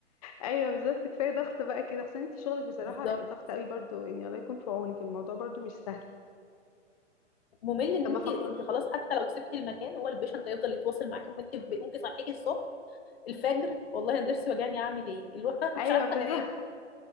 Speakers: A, on the left; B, on the left.
A: ايوه بالظبط كفايه ضغط بقى كده خصوصا انت شغلك بصراحه
B: بالظبط
A: ضغط قوي برضو يعني الله يكون في عونك الموضوع برضو مش سهل
B: ممل ان
A: اما
B: انت
A: فكر
B: انت خلاص حتى لو سبتي المكان هو البيشنت هيفضل يتواصل معاكي وانت في- ممكن يصحيكي الصبح الفجر والله انا ضرسي وجعني اعمل ايه اللي هو <laughs>
A: ايوه
B: مش عارفه
A: بالظبط
B: انام